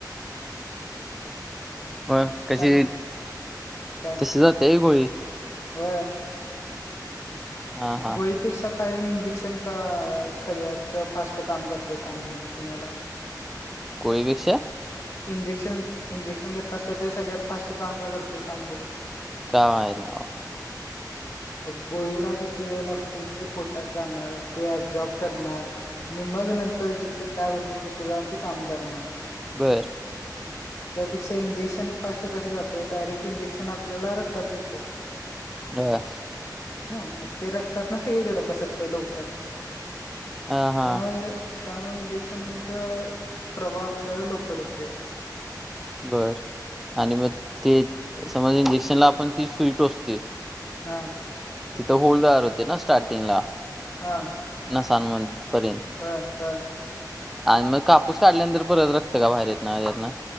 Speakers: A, in the centre; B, on the left.
A: म कशी
B: सांग काय
A: तशी जातय होय गोळी.
B: होय
A: हा हा
B: गोळीपेक्षा कायम इंजेक्शन का सगळ्यात फास्ट काम करते सांग मग तु मला
A: <unintelligible>
B: इंजेक्शन... इंजेक्शन घेतलं तसं ते सगळ्यात फास्ट काम का करते सांग बघू?
A: काम आहे ना
B: मग गोळीला किती वेळ लागतोय, ते पोटात जाणार, ते अब्सॉर्ब करणार नि मग नंतर, जिथं काय होतं, तिथं जाऊन ते काम करणार.
A: बरं.
B: त्यापेक्षा इंजेक्शन फास्ट कसं जातंय, डायरेक्ट इंजेक्शन आपल्याला रक्तात देतात.
A: बर.
B: नाही... मग ते रक्तातनं सगळीकडे पसरते लवकर.
A: हा हा
B: त्यामुळे... त्यामुळे इंजेक्शनचं प्रभाव आपल्याला लवकर ये ते.
A: बर... आणि मग ते समज इंजेक्शनला आपण तीच सुई टोचतोय
B: हा.
A: तिथं होल तयार होते ना स्टार्टिंग ला
B: हा.
A: नसान म पर्यंत
B: होय... होय.
A: आणि मग कापूस काढल्यानंतर परत रक्त का बाहेर येत नाय त्यातनं